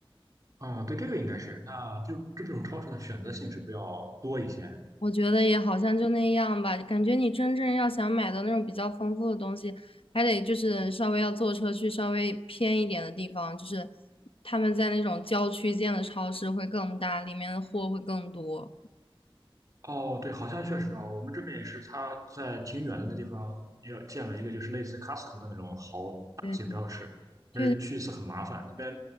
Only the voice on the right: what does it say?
哦，对，这个应该是，那就这种超市的选择性是不是要多一些？
哦，对，好像确实啊，我们这边也是，他在挺远的那地方也建了一个，就是类似 Costco 的那种好大型超市，
但是去一次很麻烦，那边